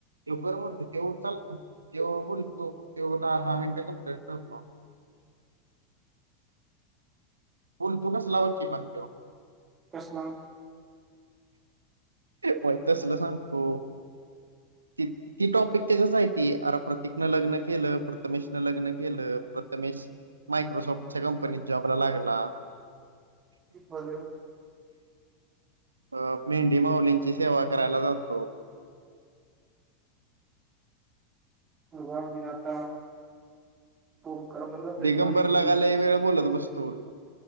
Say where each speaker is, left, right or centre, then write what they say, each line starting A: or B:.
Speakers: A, on the right; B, on the right.
A: तेव कर म्हणतो, ते चालतो जेव्हा बोलतो तेव्हा दहा-दहा मिनटं कमप्लीट करतो. बोलतो तो कसला बघ की पण त्यो.
B: कसला.
A: होय तसलं सांगतो कि ती टॉपिक त्याच्याच आहे ती, अर प्रतीक नं लग्न केलं, प्रथमेश नं लग्न केलं प्रथमेश मायक्रोसॉफ्टच्या कंपनीत जॉबला लागला.
B: हल <unintelligible>
A: अ मेंढी माउलींची सेवा करायला जातो.
B: <unintelligible> आता फोन कर बरं लई
A: दिगंबर
B: मागे तुम्ही
A: लका लई वेळ बोलत बसतो.